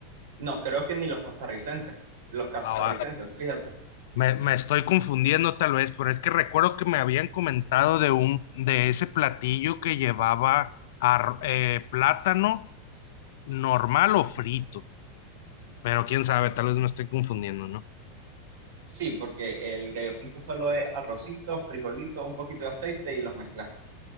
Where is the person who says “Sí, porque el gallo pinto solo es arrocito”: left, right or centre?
Right